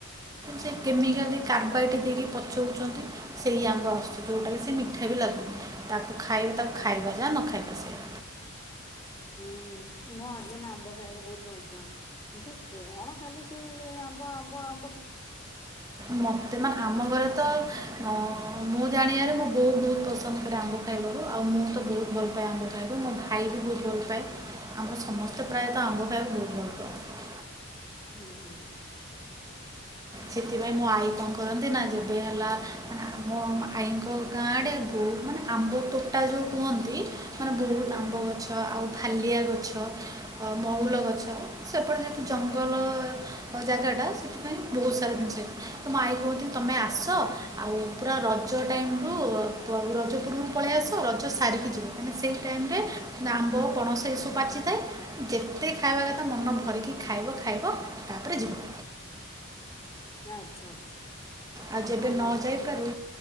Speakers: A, on the right; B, on the left.
A: ଯେ କେମିକାଲି କାର୍ବାଇଟ ଦେଇକି ପଚଉଛନ୍ତି ସେଇ ଆମ୍ୱ ଆସୁଛି ଯୋଉଟାକି ସେ ମିଠା ବି ଲାଗୁ ତାକୁ ଖାଇ ତାକୁ ଖାଇବା ଯାହା ନ ଖାଇବା ସେଇୟା।
B: <inaudible> ହୁଁ, ମୋ ହଜବେଣ୍ଡ ଆମ୍ବ ଖାଇବାକୁ ବହୁତ ଭଲ ପାଆନ୍ତି। ମୁଁ କହେ କ'ଣ ଖାଲି ହେଇରେ ଆମ୍ୱ ଆମ୍ୱ ଆମ୍ୱ।
A: ମତେ ମା ଆମ ଘରେ ତ ଅ ମୋ ଜାଣିବାରେ ମୋ ବୋଉ ବହୁତ ପସନ୍ଦ କରେ ଆମ୍ୱ। ଖାଇବାକୁ ଆଉ ମୁଁ ତ ବହୁତ ଭଲ ପାଏ ଆମ୍ୱ ଖାଇବାକୁ ମୋ ଭାଇ ବି ବହୁତ ଭଲପାଏ। ଆମ ସମସ୍ତେ ପ୍ରାୟତ ଆମ୍ବ ଖାଇବାକୁ ବହୁତ୍ ଭଲପାଏ।
B: ହୁଁ ହୁଁ।
A: ସେଥିପାଇଁ ମୋ ଆଈ କଣ କରନ୍ତି ନା ଯେବେ ହେଲା ମାନେ ଆମ ଆଈଙ୍କ ଗାଁ ଆଡ଼େ ବେ ମାନେ ଆମ୍ବ ତୋଟା ଯୋଉ କୁହନ୍ତି ମାନେ ବହୁତ
B: ହୁଁ।
A: ଆମ୍ବ ଗଛ ଆଉ ହାଲିଆ ଗଛ ଅ ମହୁଲ ଗଛ ସେପଟେ ଯେମିତି ଜଙ୍ଗଲ ଜାଗା
B: <inaudible>
A: ବହୁତ ସାରା ଜିନିଷ ହେଇଛି। ତ ମୋ ଆଈ କୁହନ୍ତି ତମେ ଆସ ଆଉ ପୁରା ରଜ ଟାଇମ୍ ରୁ ରଜ ପୂର୍ବରୁ ପଳେଇ ଆସ ରଜ ସାରିକି ଯିବ। ମାନେ ସେଇ ଟାଇମ୍ ରେ ନା ଆମ୍ବ ପଣସ ଏସବୁ ପାଚିଥାଏ। ଯେତେ ଖାଇବା କଥା ମନ ଭରିକି ଖାଇବ ଖାଇବ ତାପରେ ଯିବ।
B: ଆଚ୍ଛା ଆଚ୍ଛା।
A: ଆଉ ଯେବେ
B: ଭଲ
A: ନଯାଇ ପାରୁ